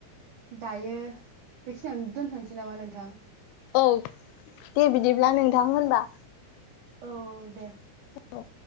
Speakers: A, on the right; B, on the left.
A: दायो बेखिनियाव दोनथ'नोसै नामा नोंथां
B: औ दे बिदिब्ला नोंथां होनबा
A: औ औ दे
B: औ